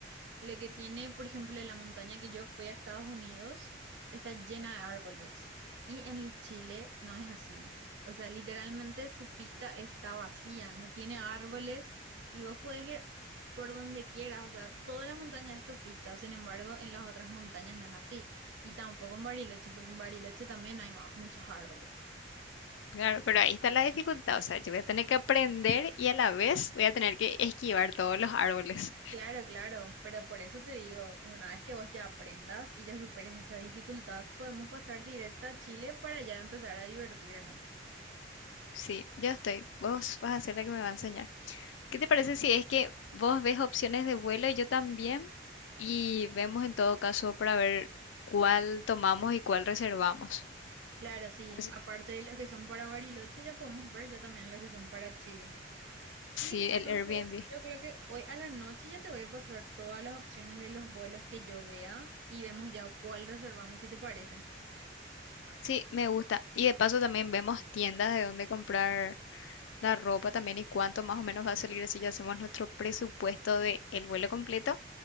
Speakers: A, on the right; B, on the left.
A: lo que tiene, por ejemplo, la montaña que yo fui a Estados Unidos está llena de árboles. Y en Chile no es así. O sea, literalmente su pista está vacía, no tiene árboles y vos podés ir por donde quieras. O sea, toda la montaña es tu pista. Sin embargo, en las otras montañas no es así. Y tampoco en Bariloche, porque en Bariloche también hay ma- muchos árboles.
B: Claro, pero ahí está la dificultad, o sea, yo voy a tener que aprender y a la vez voy a tener que esquivar todos los árboles.
A: Claro, claro, pero por eso te digo, una vez que vos ya aprendas y ya superes esa dificultad, podemos pasar directo a Chile para ya empezar a divertirnos.
B: Sí, yo estoy. Vos vas a ser la que me va a enseñar. ¿Qué te parece si es que vos ves opciones de vuelo y yo también? Y vemos en todo caso para ver cuál tomamos y cuál reservamos.
A: Claro, sí,
B: Así-
A: aparte de los que son para Bariloche, ya podemos ver ya también los que son para Chile.
B: sí,
A: Y listo,
B: el
A: entonces,
B: Airbnb.
A: yo creo que hoy a la noche ya te voy a pasar todas las opciones de los vuelos que yo vea y vemos ya cuál reservamos, si te parece.
B: Sí, me gusta. Y de paso también vemos tiendas de dónde comprar la ropa también y cuánto más o menos va a salir así ya hacemos nuestro presupuesto de el vuelo completo